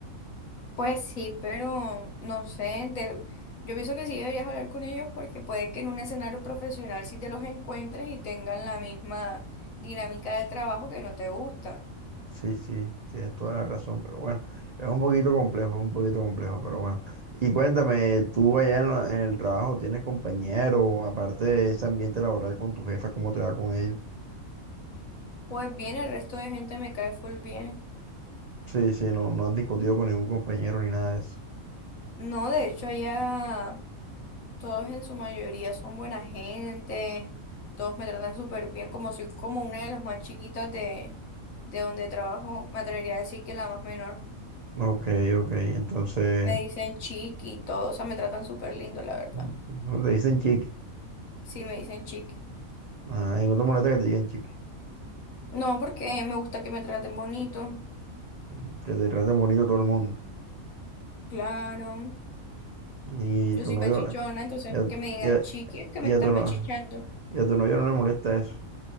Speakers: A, on the left; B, on the right.
A: Pues sí, pero no sé, de... yo pienso que sí deberías hablar con ellos porque puede que en un escenario profesional sí te los encuentres y tengan la misma dinámica de trabajo que no te gusta.
B: Sí, sí, tienes toda la razón, pero bueno, es un poquito complejo, es un poquito complejo, pero bueno. Y cuéntame, tú allá en, la- en el trabajo, ¿tienes compañero, aparte de ese ambiente laboral con tu jefa, cómo te va con ellos?
A: Pues bien, el resto de gente me cae full bien.
B: Sí, sí, no, no has discutido con ningún compañero ni nada de eso.
A: No, de hecho allá todos en su mayoría son buena gente, todos me tratan súper bien, como soy como una de las más chiquitas de, de donde trabajo, me atrevería a decir que la más menor.
B: Ok, ok. Entonces,
A: Me dicen chiqui y todo, o sea, me tratan súper lindo, la verdad.
B: mm, le dicen chiqui.
A: Sí, me dicen chiqui.
B: Ah, y no te molesta que te digan chiqui.
A: No, porque me gusta que me traten bonito,
B: Mm, Que te traten bonito todo el mundo.
A: claro.
B: Y
A: Yo
B: tu
A: soy
B: novio,
A: pechichona,
B: eh,
A: entonces
B: ya,
A: que me digan
B: ya,
A: chiqui es que
B: ya
A: me están
B: tu no,
A: pechichando.
B: y a tu novio no le molesta eso.